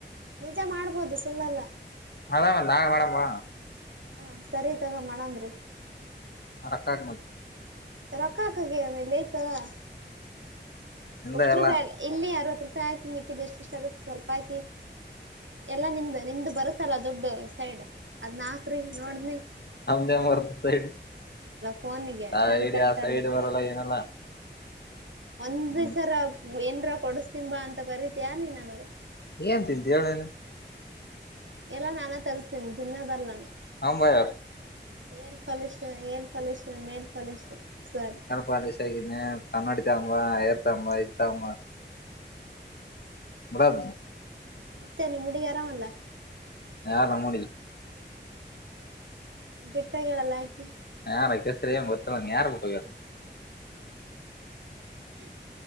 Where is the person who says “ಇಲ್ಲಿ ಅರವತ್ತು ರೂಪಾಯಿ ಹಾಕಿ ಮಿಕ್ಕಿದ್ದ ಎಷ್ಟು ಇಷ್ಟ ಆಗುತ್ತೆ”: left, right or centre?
Right